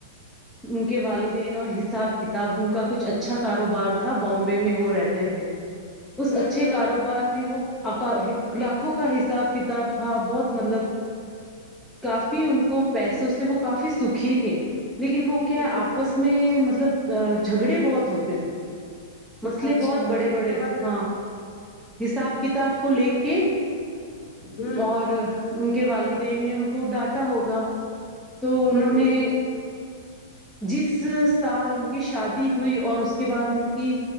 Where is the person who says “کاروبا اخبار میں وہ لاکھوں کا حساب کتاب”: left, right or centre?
Centre